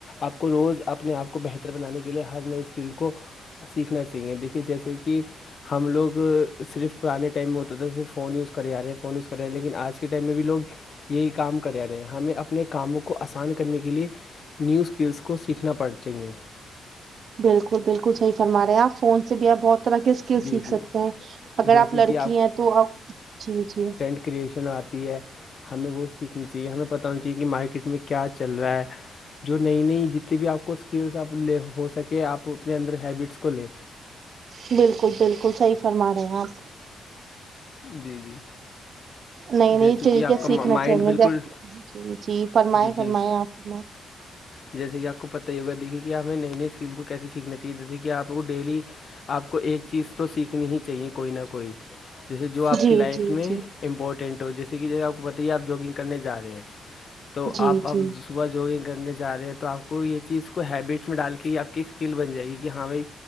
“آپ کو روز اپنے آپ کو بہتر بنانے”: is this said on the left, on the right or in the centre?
Left